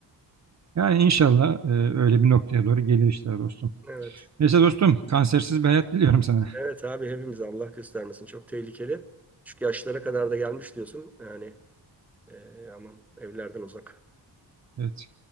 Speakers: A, on the right (about 40°); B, in the centre.
A: Yani inşallah e, öyle bir noktaya doğru gelir işler dostum.
B: Evet.
A: Neyse dostum kansersiz bir hayat diliyorum sana.
B: Evet abi hepimiz Allah göstermesin. Çok tehlikeli. Çünkü yaşlara kadar da gelmiş diyorsun. Yani e, aman evlerden uzak.
A: Evet.